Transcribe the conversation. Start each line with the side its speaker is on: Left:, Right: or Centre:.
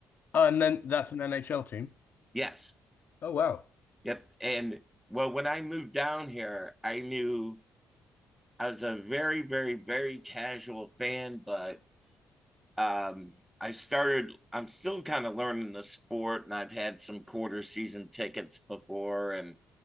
Left: Oh, and then that's an NHL team.
Centre: Yes.
Left: Oh wow.
Centre: Yep. And well, when I moved down here, I knew I was a very, very, very casual fan, but um, I started, I'm still kind of learning the sport, and I've had some quarter season tickets before. And,